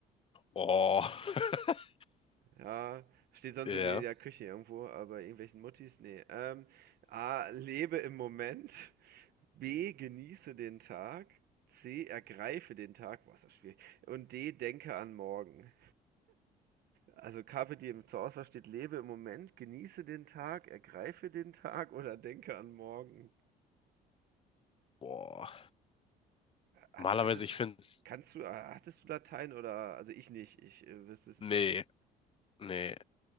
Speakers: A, on the left; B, on the right.
A: oh. <laughs>
B: Ja, steht sonst
A: Ja.
B: in der Küche irgendwo, aber irgendwelchen Muttis, nee. Ähm, A, lebe im Moment. B, genieße den Tag. C, ergreife den Tag. Boah, ist das schwierig. Und D, denke an morgen. Also Carpe Diem, zur Auswahl steht, lebe im Moment, genieße den Tag, ergreife den Tag oder denke an morgen.
A: Boah.
B: Hat,
A: Normalerweise,
B: hat es,
A: ich finde es.
B: kannst du, äh, hattest du Latein oder, also ich nicht, ich äh, wüsste es jetzt
A: Nee,
B: auch nicht.
A: nee.